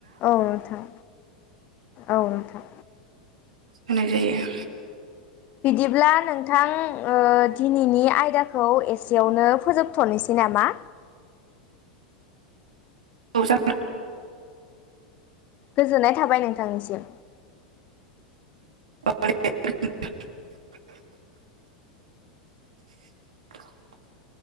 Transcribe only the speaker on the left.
औ नोंथां औ नोंथां
बिदिब्ला नोंथां ओ दिनैनि आयदाखौ एसेयावनो फोजोबथ'नोसै नामा
गोजोननाय थाबाय नोंथांनिसिम